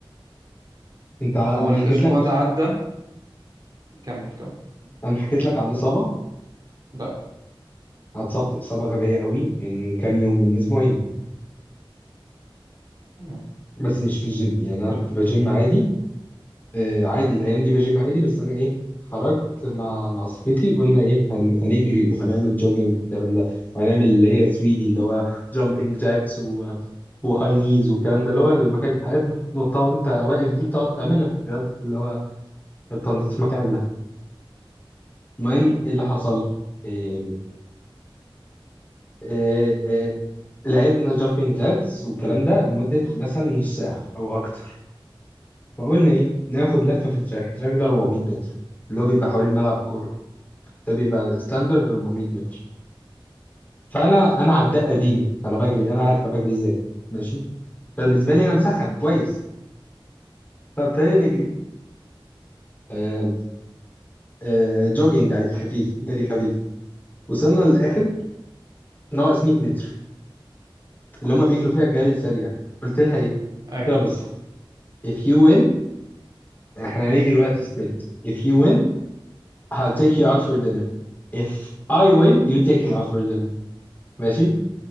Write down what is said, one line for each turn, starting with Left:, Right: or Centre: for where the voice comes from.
Left: انت انا
Right: والاسبوع
Left: حكيت لك
Right: ده عدى كمل كمل
Left: انا حكيت لك على الإصابة
Right: لا
Left: أنا اتصبت إصابة غبية قوي من كام يوم من أسبوعين
Right: مم.
Left: بس مش في الجيم يعني انا
Right: يلا
Left: كنت بجيم عادي آه، عادي الايام دي بجيم عادي بس انا ايه خرجت مع مع صاحبتي قلنا ايه هن- هنجري وهنعمل جوجينج الكلام ده وهنعمل اللي هي سويدي اللي هو جامبينج جاكس و... وهاي نيز والكلام ده اللي هو المكان الحاجات نطها وانت واقف دي بتقعد تعملها
Right: مم.
Left: رياضة اللي هو التنطيط في مكانك ده المهم
Right: مم.
Left: ايه اللي حصل إيه إيه إيه لعبنا جامبينج جاكس والكلام ده لمدة مثلا نص ساعة أو أكتر فقلنا إيه ناخد لفة في التراك التراك ده 400 متر اللي هو بيبقى حوالين ملعب كورة ده بيبقى ستاندرد
Right: مم.
Left: 400 متر فانا انا عداء قديم فانا بجري انا عارف أنا بجري ازاي ماشي فبالنسبه لي انا مسخن كويس فابتدينا نجري آه آه جوجينج عادي خفيف جري خفيف وصلنا للاخر ناقص 100 متر اللي هم بيجروا فيها الجري السريع قلت لها ايه؟ قلت
Right: ايوه
Left: لها بص if you win احنا هنيجي دلوقتي سبرنت if you win I'll take you out for dinner if I win you take me out for dinner ماشي